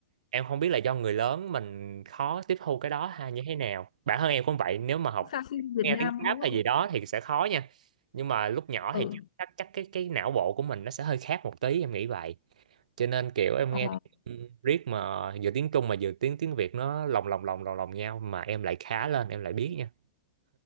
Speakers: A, on the right (about 75°); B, on the left (about 70°).
A: em không biết là do người lớn mình khó tiếp thu cái đó hay như thế nào bản thân em cũng vậy nếu mà học
B: Sao phim Việt
A: nghe
B: Nam
A: tiếng Pháp
B: đúng
A: hay
B: không?
A: gì đó thì sẽ khó nha nhưng mà lúc nhỏ
B: Ừ,
A: thì chắc chắc cái cái não bộ của mình nó sẽ hơi khác một tí em nghĩ vậy cho nên kiểu em
B: ờ,
A: nghe riết mà vừa tiếng Trung mà vừa tiếng tiếng Việt nó lồng lồng lồng lồng lồng nhau mà em lại khá lên em lại biết nha